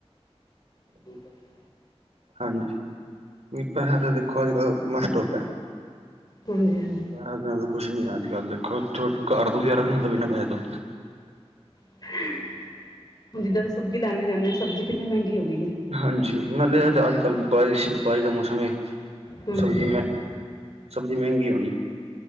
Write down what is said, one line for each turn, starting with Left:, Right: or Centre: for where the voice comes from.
Left: <inaudible>
Right: ਹਾਂਜੀ, ਵੀ ਪੈਸੇ ਤਾਂ ਦੇਖੋ ਅੱਜ ਕੱਲ੍ਹ ਮਸਟ ਹੋ ਗਿਆ।
Left: ਹਾਂਜੀ-ਹਾਂਜੀ
Right: ਪੈਸਿਆ ਤੋਂ ਕੁੱਛ ਨੀ ਅੱਜ ਕੱਲ੍ਹ ਦੇਖੋ ਘਰ ਤੋਂ ਗੁਜ਼ਾਰਾ ਵੀ ਨੀ ਹੁੰਦਾ ਬਿਨਾਂ ਪੈਸੇ ਤੋਂ।
Left: <inaudible> ਜਿੱਦਾਂ ਅਸੀਂ ਸਬਜ਼ੀ ਲੈਣ ਵੀ ਜਾਂਦੇ ਹਾਂ ਸਬਜ਼ੀ ਕਿੰਨੀ ਮਹਿੰਗੀ ਹੋ ਗਈ ਹੈ
Right: ਹਾਂਜੀ, ਨਾਲੇ ਅੱਜ ਅ ਅੱਜ ਕੱਲ੍ਹ ਬਾਰਿਸ਼ ਬਾਰਿਸ਼ ਦਾ ਮੌਸਮ ਹੈ,
Left: ਹਾਂਜੀ
Right: ਸਬਜ਼ੀ
Left: ਹਾਂਜੀ
Right: ਮ ਸਬਜ਼ੀ ਮਹਿੰਗੀ ਹੋਣੀ।